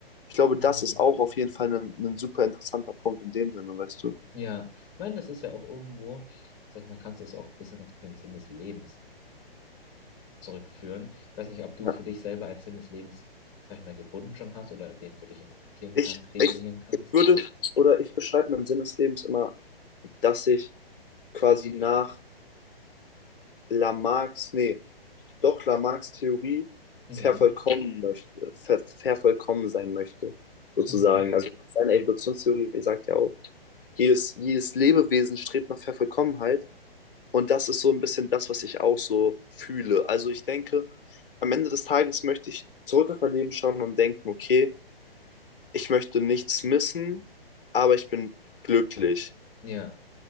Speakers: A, on the left; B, on the left.
A: Ich glaube,
B: Mhm.
A: das ist auch auf jeden Fall ein, ein super interessanter Punkt in dem Sinne, weißt du?
B: Ja, ich meine, das ist ja auch irgendwo, sag ich mal, kannst du es auch ein bisschen auf den Sinn des Lebens zurückführen. Ich weiß nicht, ob du
A: Ja.
B: für dich selber einen Sinn des Lebens, sag ich mal, gefunden schon hast oder den für dich interpretieren
A: Ich,
B: kannst, definieren
A: ich,
B: kannst.
A: ich würde, oder ich beschreibe meinen Sinn des Lebens immer, dass ich quasi nach Lamarcks, nee, doch Lamarcks Theorie
B: Mhm,
A: vervollkommen möchte, ver, vervollkommen sein möchte, sozusagen.
B: mhm,
A: Also seine Evolutionstheorie sagt ja auch, jedes, jedes Lebewesen strebt nach Vervollkommenheit. Und das ist so ein bisschen das, was ich auch so fühle. Also ich denke, am Ende des Tages möchte ich zurück auf mein Leben schauen und denken, okay, ich möchte nichts missen, aber ich bin glücklich.
B: ja,